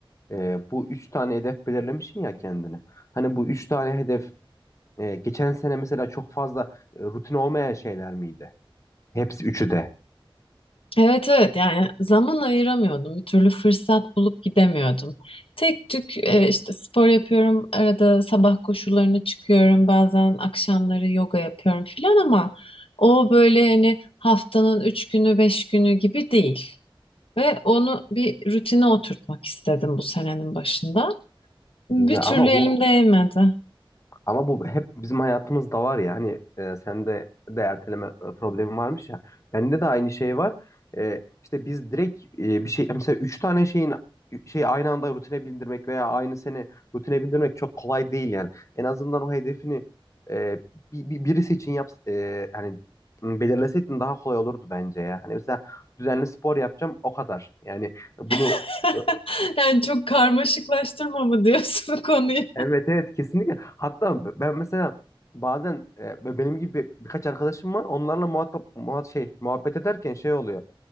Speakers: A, on the left; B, on the left.
A: e, bu üç tane hedef belirlemişsin ya kendine. Hani bu üç tane hedef e, geçen sene mesela çok fazla e, rutin olmayan şeyler miydi? Hepsi üçü de.
B: Evet evet yani zaman ayıramıyordum. Bir türlü fırsat bulup gidemiyordum. Tek tük e, işte spor yapıyorum. Arada sabah koşularına çıkıyorum. Bazen akşamları yoga yapıyorum filan ama o böyle yani haftanın üç günü beş günü gibi değil. Ve onu bir rutine oturtmak istedim bu senenin başında. Bir
A: Ya
B: türlü
A: ama
B: elim
A: bu
B: değmedi.
A: Ama bu hep bizim hayatımızda var ya hani e, sende de erteleme e, problemi varmış ya. Bende de aynı şey var. E, işte biz direkt e, bir şey mesela üç tane şeyin şey aynı anda rutine bindirmek veya aynı sene rutine bindirmek çok kolay değil yani. En azından o hedefini e, bi- bi- birisi için yap e, hani belirleseydin daha kolay olurdu bence ya. Hani mesela düzenli spor yapacağım o kadar. Yani bunu
B: <laughs>
A: e,
B: Yani çok karmaşıklaştırma mı diyorsun konuyu?
A: Evet evet kesinlikle. Hatta ben mesela bazen e, benim gibi bir- birkaç arkadaşım var. Onlarla muhatap muhat şey muhabbet ederken şey oluyor.